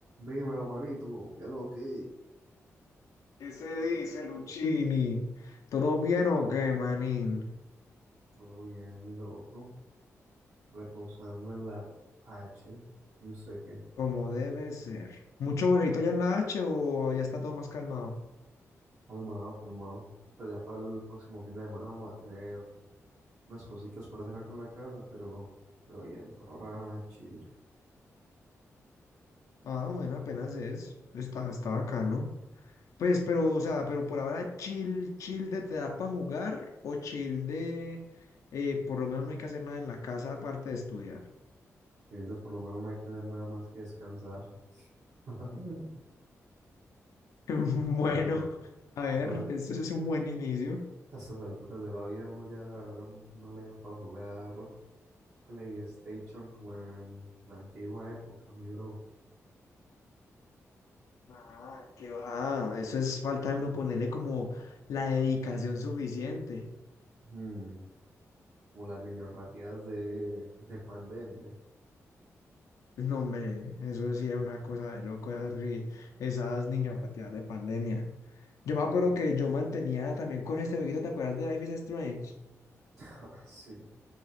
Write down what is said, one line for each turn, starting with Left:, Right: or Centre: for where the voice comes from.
Right: Dímelo, manito, qué lo que.
Left: ¿Qué se dice, Luchini? ¿Todo bien o qué, manín?
Right: Todo bien, mi loco. Reposando en la H. Yo sé que.
Left: Como debe ser. ¿Mucho boleto ya en la H o ya está todo más calmado?
Right: Calmado, calmado. Pues ya para el próximo fin de semana vamos a tener unas cositas para hacer acá en la casa, pero, pero bien, por ahora chill.
Left: Ah, bueno, apenas es. Está, está bacano. Pues, pero, o sea, pero por ahora chill, chill de te da para jugar o chill de eh, por lo menos no hay que hacer nada en la casa aparte de estudiar.
Right: Chill de por lo menos no hay que hacer nada más que descansar. <laughs>
Left: <laughs> Bueno,
Right: Ah, no.
Left: a ver,
Right: A, toda-
Left: eso es un buen inicio.
Right: a estas alturas de la vida uno ya no le da para jugar PlayStation como en la antigua época, mi bro.
Left: Ah, qué va. Ah, eso es falta de uno ponerle como la dedicación suficiente.
Right: Hmm. Como las niños rateadas de, de pandemia.
Left: No, hombre, eso sí era una cosa de loco, esas, ri- esas niños de pandemia. Yo me acuerdo
Right: Mm.
Left: que
Right: <laughs>
Left: yo mantenía también con este jueguito, ¿te acuerdas de Life is Strange?
Right: Ah, Sí,